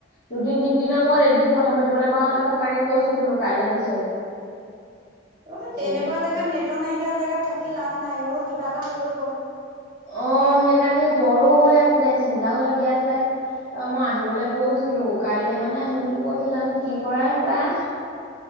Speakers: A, on the left (about 50°); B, on the right (about 25°).
A: দুদিন তিনিদিনৰ মূৰত এদিন <unintelligible> কথা পাতিবলে পাওঁ তাছত তাকে কৈছো বোলো কাইলে গৈ
B: অ তেনেকোৱা
A: আহিবি।
B: জেগাত নেটৱৰ্ক নাইকিয়া জেগাত থাকি লাভ নাই অ <unintelligible> কিবাএতা হলো
A: অ সেইকাৰণে সেই জ্বৰো হৈ আছিলে চিন্তাও লাগি আছে অ মই আহিবলৈ গৈছিলো কাইলে মানে আহিম বুলি কৈছো জানো কি কৰে তাই